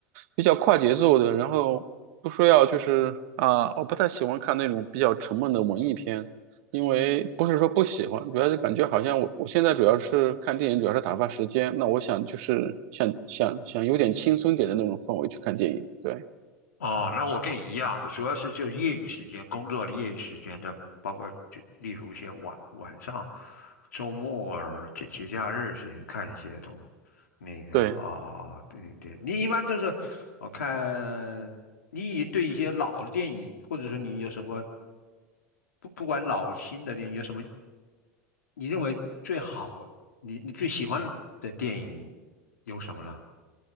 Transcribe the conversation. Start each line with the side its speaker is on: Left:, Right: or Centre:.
Right: 比较快节奏的，然后不说要就是啊、我不太喜欢看那种比较沉闷的文艺片，因为不是说不喜欢，主要是感觉好像我我现在主要是看电影，主要是打发时间，那我想就是想想想有点轻松点的那种氛围去看电影，对
Left: 哦，那我跟你一样的，主要是就业余时间、工作的业余时间的，包括就例如一些晚晚上、周末儿、节节假日时间看一些东那个啊、
Right: 对。
Left: 对对，你一般就是我看你对一些老的电影，或者说你有什么不不管老新的电影，有什么你认为最好，你你最喜欢的电影有什么呢？